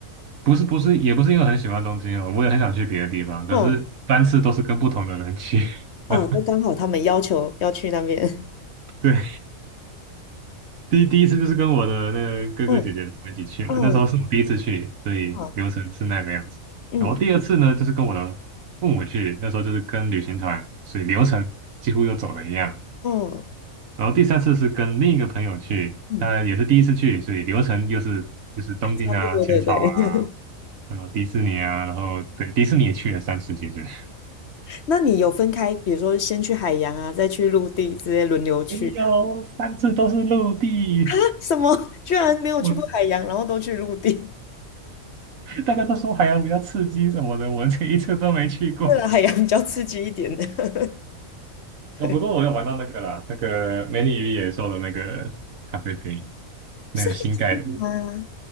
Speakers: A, on the right (about 70°); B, on the left (about 60°).
A: 不是不是也不是因为很喜欢东京哦，我也很想去别的地方，可是三次都是跟不同的人去。
B: 嗯哦，
A: <laughs>
B: 都刚好他们要求要去那边，<laughs>
A: 对，第一第一次就是跟我的那个哥哥姐姐他们一起去嘛，
B: 嗯嗯
A: 那时候是我第一次去，所以流程是那个样子。
B: 嗯嗯
A: 然后第二次呢，就是跟我的父母去，那时候就是跟旅行团，所以流程几乎又走了一样。
B: 嗯
A: 然后第三次是跟另一个朋友去，
B: 嗯，
A: 他也是第一次去，所以流程又是就是东京啊、
B: 差不多，
A: 浅草啊，
B: 对对。<laughs>
A: 然后迪士尼啊，然后对迪士尼也去了三次，其实。
B: 那你有分开，比如说先去海洋啊，再去陆地，直接轮流去这样？
A: 哎呦，三次都是陆地，
B: <laughs> 什么？居然没有去过海洋，
A: 我
B: 然后都去陆地？
A: 大家都说海洋比较刺激什么的，我这一次都没去过。
B: <laughs> 为了海洋比较刺激一点的，<laughs> 对，
A: 哦，不过我有玩到那个啦，那个《美女与野兽》的那个咖啡杯，那个新盖的。
B: 是很啊。